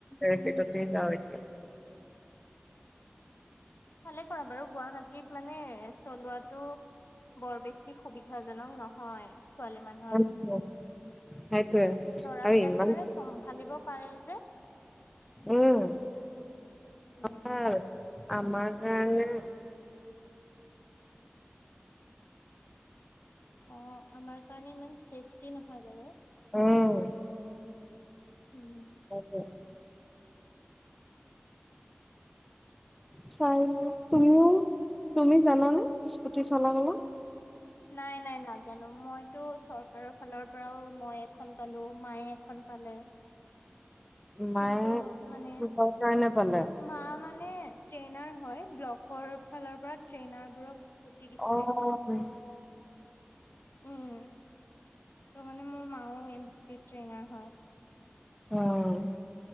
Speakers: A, in the centre; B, on the left.
A: ৰেপিডতে যাওঁ এতিয়া
B: ভালে কৰা বাৰু গুৱাহাটীত মানে চলোৱাটো বৰ বেছি সুবিধাজনক নহয় ছোৱালী মানুহ
A: <unintelligible> সেইটোৱে।
B: লৰা
A: আৰু
B: বিলাকে
A: ইমান
B: মানে চম্ভালিব পাৰে যে
A: উম
B: উম।
A: ভাল আমাৰ কাৰণে
B: অ', আমাৰ কাৰণে ইমান ছেফটি নহয় বাৰু।
A: অ'।
B: উম।
A: <unintelligible> চাই তুমিও তুমি জানানে স্কুটি চলাবলৈ?
B: নাই, নাই নাজানো মইতো চৰকাৰৰ ফালৰ পৰাও মই এখন পালো মায়ে এখন পালে।
A: মায়ে
B: কিন্তু, মানে
A: কিহৰ কাৰণে পালে
B: মা মানে, ট্ৰেইনাৰ হয়। ব্লকৰ ফালৰ পৰা ট্ৰেইনাৰবোৰক স্কুটি দিছিলে।
A: অ', হয়।
B: উম, ত' মানে, মোৰ মাও এনচিপিটি ট্ৰেইনাৰ হয়।
A: উম।